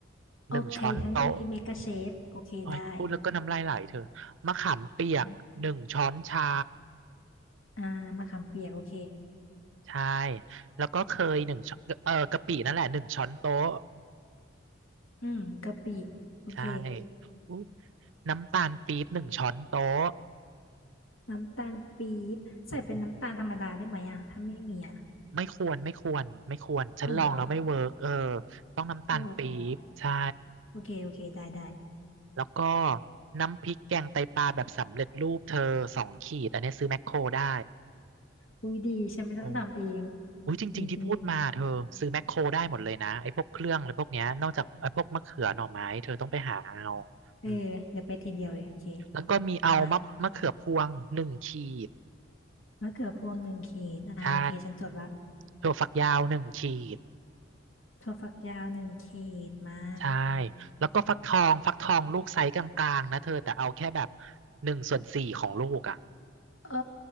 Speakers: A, on the left; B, on the right.
A: โอเคฉันมีเมกาเชฟโอเคได้
B: หนึ่งช้อนโต๊ะโอ้ยพูดแล้วก็น้ำลายไหลเธอมะขามเปียกหนึ่งช้อนชา
A: เนาะอ่ามะขามเปียกโอเค
B: ใช่แล้วก็เคยหนึ่งช้อนเออกะปินั่นแหละหนึ่งช้อนโต๊ะ
A: อืมกะปิโอเค
B: ใช่อุ๊ยน้ำตาลปี๊บหนึ่งช้อนโต๊ะ
A: น้ำตาลปี๊บใส่เป็นน้ำตาลธรรมดาได้ไหมอ่ะถ้าไม่มีอ่ะ
B: อืม ไม่ควรไม่ควรไม่ควรฉันลองแล้วไม่เวิร์กเออ
A: อ๋อเหรอ
B: ต้องน้ำตาลปี๊บใช่
A: อ๋อโอเคโอเคได้ได้
B: แล้วก็น้ำพริกแกงไตปลาแบบสำเร็จรูปเธอสองขีดอันนี้ซื้อแมคโครได้
A: อุ้ยดีฉันไม่ต้องทำเอง
B: โอ้อุ้ยจริงๆที่พูดมาเธอซื้อแมคโครได้หมดเลยนะไอ้พวกเครื่องอะไรพวกเนี้ยนอกจากไอ้พวกมะเขือหน่อไม้เธอต้องไปหาเอา
A: ดีดีเออเดี๋ยวไปทีเดียวเลยโอเค
B: อืมแล้วก็มีเอามะมะเขือพวงหนึ่งขีด
A: มามะเขือพวงหนึ่งขีดอ่าโอเคฉันจดละ
B: ใช่ถั่วฝักยาวหนึ่งขีด
A: ถั่วฝักยาวหนึ่งขีดมา
B: ใช่ แล้วก็ฟักทอง ฟักทองลูกไซส์กลางๆนะเธอ แต่เอาแค่แบบหนึ่งส่วนสี่ของลูกอ่ะ
A: เออ